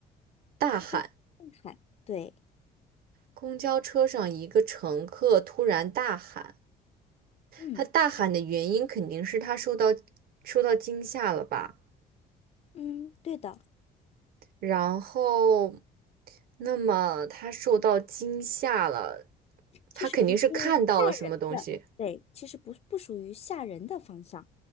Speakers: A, on the right; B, on the left.
A: 大喊，
B: 突然大喊，对，
A: 公交车上一个乘客突然大喊，
B: 嗯
A: 他大喊的原因肯定是他受到受到惊吓了吧？
B: 嗯，对的，
A: 然后，那么他受到惊吓了，
B: 其实不是
A: 他肯定是看到了什么东西
B: 的，对，其实不不属于吓人的方向，